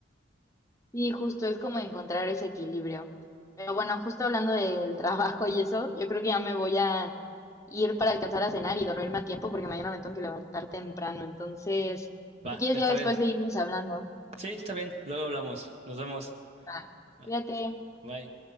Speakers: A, on the left; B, on the right.
A: Sí, justo es como encontrar ese equilibrio. Pero bueno, justo hablando del <laughs> trabajo y eso, yo creo que ya me voy a ir para alcanzar a cenar y dormirme a tiempo porque mañana me tengo que levantar temprano. Entonces,
B: Va,
A: si quieres
B: está
A: ya después
B: bien.
A: seguimos hablando.
B: Sí, está bien. Luego hablamos. Nos vemos.
A: Va,
B: Bye.
A: cuídate.
B: Bye.